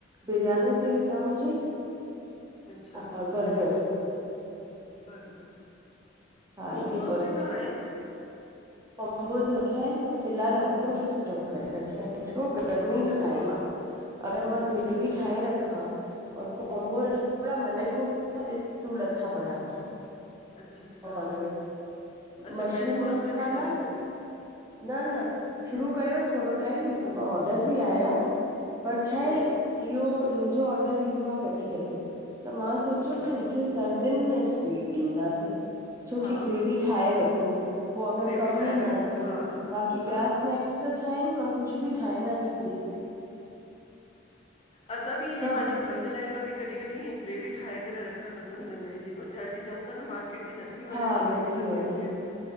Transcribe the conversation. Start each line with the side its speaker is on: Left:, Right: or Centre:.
Right: बिरयानी ती विकामजे
Left: अच्छा
Right: और बर्गर
Left: बर्गर,
Right: हा इहे
Left: मोमोस बि त आएन।
Right: मोमोस रखिया आएन, पर फ़िलहाल आउट ऑफ स्टॉक करे रखिया आएन, छो गर्मी जो टाइम आ। अगर मां ग्रेवी
Left: अच्छा
Right: ठाए रखा और कोम्बो रख थोड़ा मलाई कोफ्ता विद टू लच्छा परांठा
Left: अच्छा अच्छा
Right: और,
Left: अच्छा
Right: मशरूम
Left: मेन कोर्स
Right: मसाला
Left: में बि हले थो
Right: न न शुरू कयो थोरो टाइम हिक ॿ ऑडर बि आया। पर
Left: हम्म
Right: छाहे, इयो हिनजो ऑडर ईंदो आ कॾी-कॾी त मां सोच जो
Left: जी
Right: हिनखे सर्दीन में स्पीड ॾींदासीं। छोकी
Left: हा
Right: ग्रेवी ठाहे रखो, पो अगर
Left: ग्रेवी
Right: कम
Left: ठाहे
Right: ई
Left: रखो
Right: न अचे,
Left: हा
Right: बाक़ी
Left: हा
Right: ॿिया स्नैक्स त छा आहिन मां कुछ बि ठाहे न रख
Left: असां बि
Right: सभु
Left: इन पांजे घर जे लाइ असां बि कॾी-कॾी हीअं ग्रेवी ठाहे करे रखण पसंद कंदा आयूं जीअं बाज़ार जी चऊं ता न मार्केट जी न त न थी वणे
Right: हा
Left: पनीर
Right: नथी
Left: जी सब्जी
Right: वणे
Left: वगैरहा,